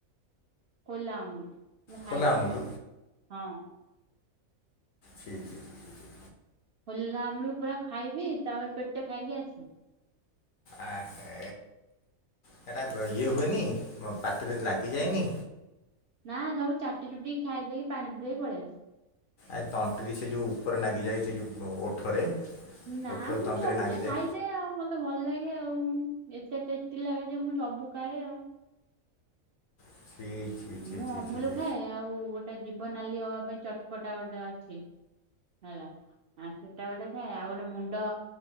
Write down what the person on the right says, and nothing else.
ଖୁଲା ଅମୁଲୁ। ମୁଁ ଖାଇ
ହଁ।
ଖୋଲା ଆମୁଲ ପୁରା ଖାଇବି ତାପରେ ପେଟେ ଖାଇକି ଆସି
ନା ସବୁ ଚାଟି ଚୁଟି ଖାଇ ଦେଇକି ପାଣି ପି ଦେଇ ପଳେଇ ଆସ
ନା
ମୁଁ
ସବୁ
ତ ଖାଇ ଆଉ ମତେ ଭଲ ଲାଗେ ଆଉ ଏତେ ଟେଷ୍ଟି ଲାଗେ ଯେ ମୁଁ ସବୁ ଖାଏ ଆଉ।
ମୁଁ
ଅମୁଲ
ଖାଏ ଆଉ ଗୋଟେ ଜୀବନାଲି ହବା ପାଇଁ ଚଟପଟା ଗୋଟେ ଅଛି ହେଲା। ଆଁ ସେଟା ଗୋଟେ ଥାଏ ଆଉ ଗୋଟେ ମୁଣ୍ଡ